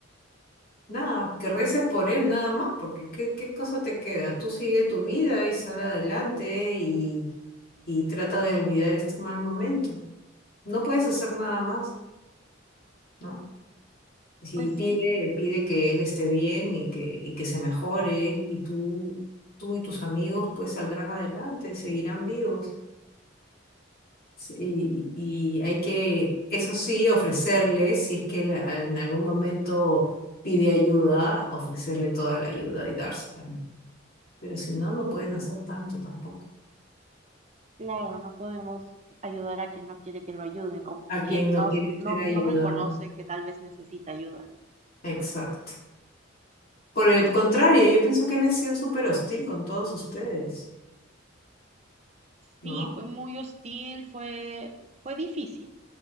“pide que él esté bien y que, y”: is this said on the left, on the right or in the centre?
Left